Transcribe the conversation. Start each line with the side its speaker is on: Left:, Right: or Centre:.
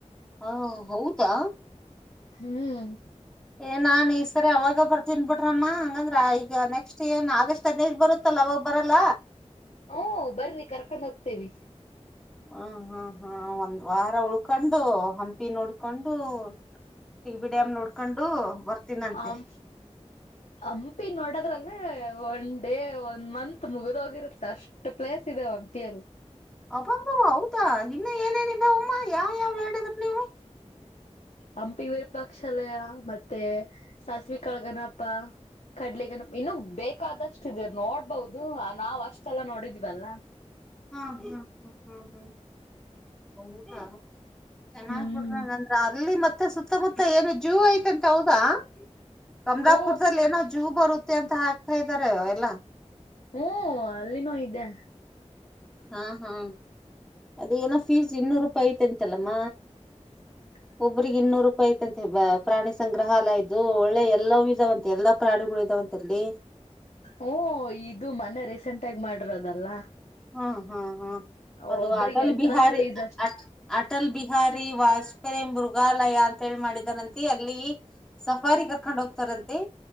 Centre: ಹಾ ಹೌದಾ?
Left: ಹ್ಮ್
Centre: ಏನ್ ನಾನ್ ಈ ಸರಿ ಅವಾಗ ಬರ್ತನ್ಬಿಟ್ರಮ್ಮ ಹಂಗಂದ್ರ ಈಗ ನೆಕ್ಸ್ಟ್ ಏನ್ ಆಗಸ್ಟ್ ದೇಶ ಬರುತ್ತಲ್ಲ ಅವಾಗ ಬರಲ್ಲ.
Left: ಓ ಬರ್ರಿ ಕರ್ಕೊಂಡ್ ಹೋಗ್ತೇವಿ.
Centre: ಹ ಹಾ ಹಾ ಒಂದ್ ವಾರ ಉಳ್ಕೊಂಡು ಹಂಪಿ ನೋಡ್ಕೊಂಡು <unintelligible> ನೋಡ್ಕೊಂಡು ಬರ್ತೀನಂತೆ
Left: ಆಂ ಹಂಪಿ ನೋಡದ್ರಲ್ಲೇ ಒನ್ ಡೇ ಒಂದ್ ಮಂತ್ ಮುಗಿದೋಗಿರುತ್ತ. ಅಷ್ಟ ಪ್ಲೇಸ್ ಇದಾವ ಹಂಪಿ ಅಲ್ಲಿ.
Centre: ಅಬ್ಬಬಾ ಹೌದಾ ಇನ್ನ ಏನೇನ ಇದವಮ್ಮ್ ಇನ್ನ್ ಯಾವ್ ಯಾವ್ ಹೇಳಿದ್ರ ನೀವು.
Left: ಹಂಪಿ ವಿರೂಪಾಕ್ಷಶಾಲೆಯ ಮತ್ತೆ ಸಾಸಿವೇ ಕಾಳಗಣಪಾ. ಕಡ್ಲಿಗಣಪ ಇನ್ನು ಬೇಕಾದಷ್ಟ ಇದೇ ನೋಡ್ಬಹುದು ನಾವ್ ಅಷ್ಟೆಲ್ಲಾ ನೋಡಿದವಲ್ಲ.
Centre: ಹಾ ಹಾ ಹ್ಮ ಹ್ಮ್ ಹ್ಮ್ಊಟ ಚೆನ್ನಾಗ್
Left: ಹ್ಮ್
Centre: <unintelligible> ಅಲ್ಲಿ ಮತ್ತೆ ಸುತ್ತಮುತ್ತ ಏನು ಜೋ ಐತೆಂತೆ ಹೌದಾ? ಕಮಲಾಪುರ್ದಲ್ಲಿ
Left: ಓ
Centre: ಏನೋ ಜೋ ಬರುತ್ತೆ ಅಂತ ಹಾಕ್ತಾ ಇದ್ದಾರೆ ಎಲ್ಲ.
Left: ಹ್ಮ ಅಲ್ಲಿನೂ ಇದ್ದೆ.
Centre: ಹಾ ಹಾ ಅದೇ ಏನೋ ಫೀಸ್ ಇನ್ನೂರು ರೂಪಾಯಿ ಐ್ತಂತಲ್ಲಮ್ಮ.
Left: <inaudible>
Centre: ಒಬ್ಬ್ರಿಗೆ ಇನ್ನೂರು ರೂಪಾಯಿ ಐತೆಂತೆ ಪ್ರಾಣಿ ಸಂಗ್ರಹಾಲಯ ಇದ್ದು ಒಳ್ಳೆ ಎಲ್ಲೂ ಇದಾವಂತೆ ಎಲ್ಲಾ ಪ್ರಾಣಿಗಳು ಇದಾವಂತೆ <unintelligible>
Left: ಹೂ ಇದು ಮನೆ ರೀಸೆಂಟ್ಗಿ ಮಾಡಿರೋದಲ್ಲ.
Centre: ಹ್ಮ ಹಾ ಹಾ ಅದು
Left: ಒಬ್ರಿಗೆ
Centre: ಅಟಲ್
Left: ಎಂಟ್ರೆನ್ಸ್
Centre: ಬಿಹಾರಿ.
Left: ಫೀಸ್ ಅಷ್ಟೆ
Centre: ಅಟಲ್ ಬಿಹಾರಿ ವಾಜಪೇಯಿ ಮೃಗಾಲಯ ಅಂತ ಹೇಳಿ ಮಾಡಿದಾರಂತಿ ಅಲ್ಲಿ. ಸಫಾರಿ ಕರ್ಕೊಂಡ್ ಹೋಗ್ತಾರಂತೆ.